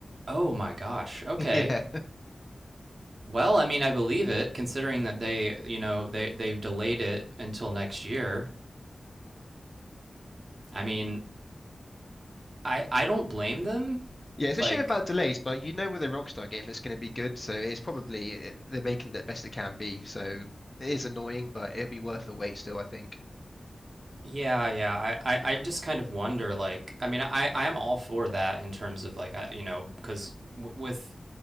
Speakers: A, on the right; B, on the left.
A: Oh my gosh. Okay.
B: <laughs> Yeah.
A: Well, I mean, I believe it considering that they, you know, they they've delayed it until next year. I mean, I I don't blame them.
B: Yeah, it's a
A: Like
B: shame about delays, but you know with a Rockstar game it's going to be good, so it's probably it, they're making the best it can be. So it is annoying, but it'll be worth the wait still, I think.
A: Yeah, yeah. I, I, I just kind of wonder, like, I mean, I, I'm all for that in terms of, like, I, you know, because w- with,